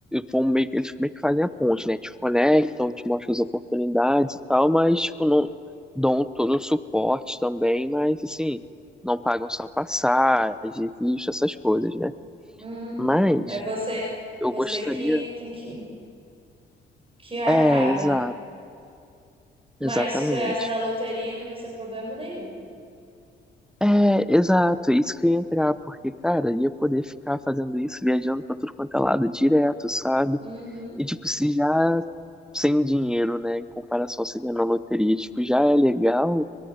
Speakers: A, in the centre; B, on the right.
A: vão meio, que- eles meio que fazem a ponte, né? Te conectam, te mostram as oportunidades e tal, mas tipo, não dão todo o suporte também, mas assim, não pagam só passagem, visto, essas coisas, né?
B: Hum,
A: Mas
B: é você,
A: eu
B: você
A: gostaria.
B: que tem que, que arcar,
A: É, exato,
B: né? Mas
A: exatamente.
B: se ganhasse na loteria, não ia ser problema nenhum.
A: É, exato, é isso que eu ia entrar, porque, cara, eu ia poder ficar fazendo isso, viajando pra tudo quanto é lado direto, sabe?
B: Uhum,
A: E, tipo, se já sem dinheiro, né, em comparação a você ganhar na loteria, tipo, já é legal.